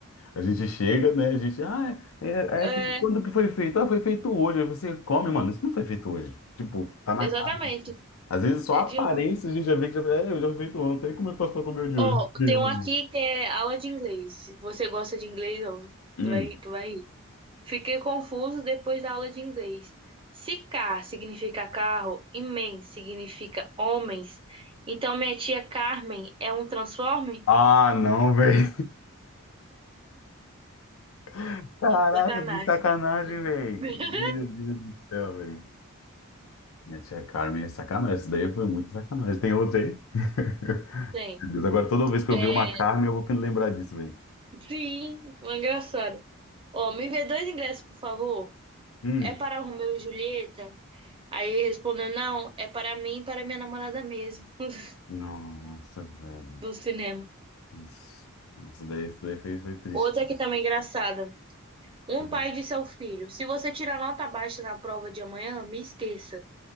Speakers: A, on the left; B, on the right.
A: a gente chega, né? A gente, ah, é, é-
B: É,
A: é, quando que foi feito? Ah, foi feito hoje. Aí você come, mano, isso não foi feito hoje. Tipo, tá na
B: exatamente,
A: cara. Às vezes só
B: é
A: a
B: de
A: aparência
B: ontem.
A: a gente já vê que já, é, eu já fui feito ontem, como eu faço pra comer o de
B: Ó,
A: hoje? <laughs> Mesmo,
B: tem um aqui
A: velho.
B: que é aula de inglês. Você gosta de inglês? Ó,
A: Hum.
B: tu vai, tu vai rir. Fiquei confuso depois da aula de inglês. Se car significa carro e men significa homens, então minha tia Carmen é um transforme?
A: Ah, não, velho. <laughs> Caraca,
B: Sacanagem.
A: que sacanagem,
B: <laughs>
A: velho. Meu Deus do céu, velho. Minha tia Carmen é sacanagem. Isso daí foi muito sacanagem. Tem outra aí? <laughs>
B: Sim.
A: Meu Deus, agora toda vez que
B: É,
A: eu ver uma Carmen, eu vou lembrar disso,
B: sim, uma engraçada. Ó, me vê dois ingressos, por favor.
A: velho.
B: É para Romeu e Julieta? Aí ele respondeu, não, é para mim e para minha namorada mesmo, <laughs>
A: Nossa, velho.
B: do cinema.
A: Nossa. Isso daí, isso daí foi, foi triste.
B: Outra que também é engraçada. Um
A: Uhum.
B: pai disse ao filho, se você tirar nota baixa na prova de amanhã, me esqueça.